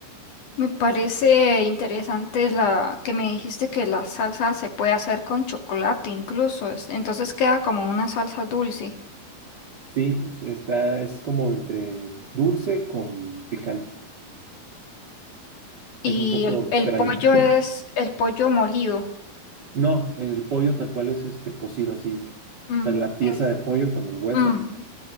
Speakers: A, on the left (about 55°); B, on the right (about 45°).
A: Me parece interesante la que me dijiste que la salsa se puede hacer con chocolate incluso, es- entonces queda como una salsa dulce.
B: Sí, es- está, es como entre dulce con picante. Es
A: Y
B: un poco
A: el,
B: extraño.
A: el pollo es el pollo molido.
B: No, el pollo tal cual es este cocido así.
A: Mm,
B: O sea, la pieza
A: en-
B: de pollo con el hueso,
A: mm.